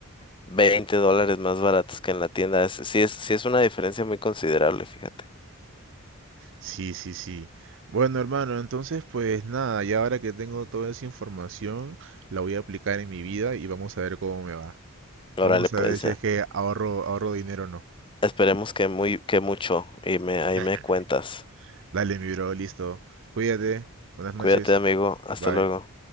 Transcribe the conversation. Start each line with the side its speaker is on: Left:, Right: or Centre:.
Left: 20 dólares más baratos que en la tienda, es, sí es, sí es una diferencia muy considerable, fíjate.
Right: Sí, sí, sí. Bueno, hermano, entonces pues nada, ya ahora que tengo toda esa información, la voy a aplicar en mi vida y vamos a ver cómo me va.
Left: Órale,
Right: Vamos
Left: pues,
Right: a ver si
Left: eh,
Right: es que ahorro, ahorro dinero o no.
Left: esperemos que muy, que mucho y me, ahí
Right: <laughs>
Left: me cuentas.
Right: Dale, mi bro, listo. Cuídate. Buenas noches.
Left: Cuídate, amigo. Hasta
Right: Bye.
Left: luego.